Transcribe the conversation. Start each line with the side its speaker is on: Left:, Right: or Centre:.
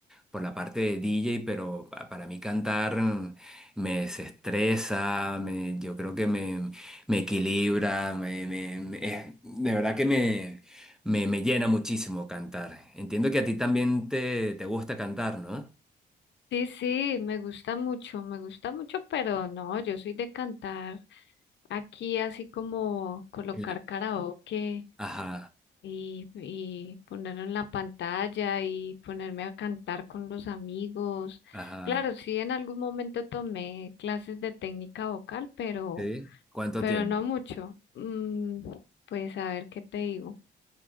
Centre: por la parte de DJ, pero pa- para mí cantar mm, me desestresa, me, yo creo que me, me equilibra, me, me- me- es- de verdad que me, me llena muchísimo cantar. Entiendo que a ti también te, te gusta cantar, ¿no?
Left: Sí, sí, me gusta mucho, me gusta mucho, pero no, yo soy de cantar aquí así como colocar
Centre: La-
Left: karaoke
Centre: Ajá,
Left: y, y ponerlo en la pantalla y ponerme a cantar con los amigos.
Centre: ajá.
Left: Claro, sí, en algún momento tomé clases de técnica vocal, pero,
Centre: ¿Sí? ¿Cuánto
Left: pero
Centre: tiempo?
Left: no mucho. Mm, pues a ver qué te digo.